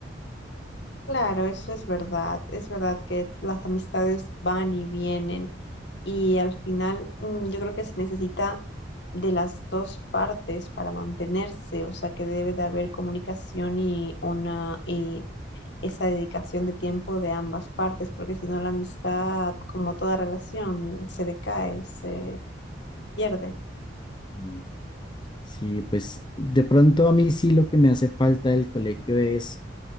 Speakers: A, on the left; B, on the left.
A: Claro, eso es verdad. Es verdad que las amistades van y vienen y al final mm, yo creo que se necesita de las dos partes para mantenerse, o sea que debe de haber comunicación y una y esa dedicación de tiempo de ambas partes, porque si no la amistad, como toda relación, se decae, se pierde.
B: Mm. Sí, pues de pronto a mí sí lo que me hace falta del colegio es